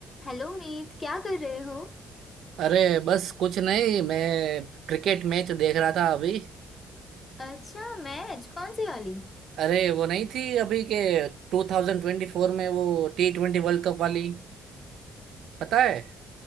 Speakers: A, on the left; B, on the right.
A: Hello Meet क्या कर रहे हो
B: अरे बस कुछ नहीं मैं क्रिकेट मैच देख रहा था अभी
A: अच्छा मैच कौन सी वाली
B: अरे वो नहीं थी अभी के 2024 में वो टी ट्वेंटी वर्ल्ड कप वाली पता है